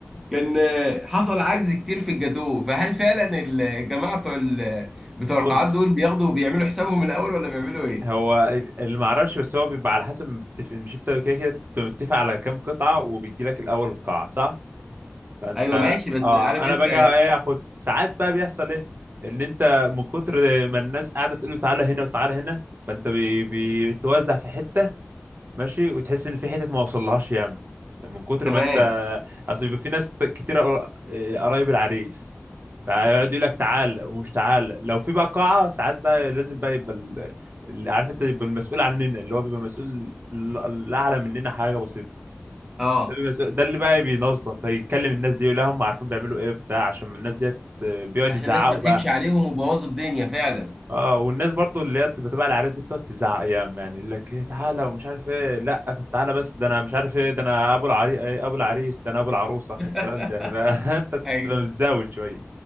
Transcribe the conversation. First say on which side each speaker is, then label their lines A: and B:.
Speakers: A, in the centre; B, on the right.
A: كان آه، حصل عجز كتير في الجاتوه فهل فعلا الجماعة بتوع ال- بتوع
B: بص
A: القاعات دول بياخدوا بيعملوا حسابهم الأول ولا بيعملوا إيه؟
B: هو اللي ما اعرفش بس هو بيبقى على حسب متفق... مش انت كده كده أنت بتبقى متفق على كام قطعه وبيجي لك الاول القاعه صح فانت
A: أيوه ماشي بس
B: اه
A: عارف أنت
B: انا باجي ايه اخد ساعات بقى بيحصل ايه ان انت من كتر ما الناس قاعده تقول له تعالى هنا وتعالى هنا فانت بي... بيتوزع في حته ماشي وتحس ان في حتت ما وصلهاش ياما من كتر
A: تمام
B: ما انت اصل بيبقى في ناس ت- كتير قر- آه، قرايب العريس فيقعد يقول لك تعال ومش تعال لو في بقى قاعه ساعات بقى لازم بقى يبقى ال- اللي عارف انت يبقى المسؤول عننا اللي هو بيبقى مسؤول ال- اللي اعلى مننا حاجه بسيطه
A: أه
B: ده, بيبقى مسؤول- ده اللي بقى بينظم فيتكلم الناس دي يقول لهم عارفين بيعملوا ايه بتاع عشان الناس ديت آه، بيقعد
A: عشان
B: يزعقوا
A: الناس ما تهكش
B: بقى
A: عليهم وبوظوا الدنيا فعلا
B: اه والناس برضو اللي هي بتبقى تبع العريس دي بتقعد تزعق ايام يعني يقول لك ايه تعالى ومش عارف ايه لا طب تعالى بس ده انا مش عارف ايه ده انا ابو العري إيه ابو العريس ده انا ابو العروسه
A: <laughs>
B: الكلام ده فانت <laughs>
A: أيوه
B: بتبقى متزاول شويه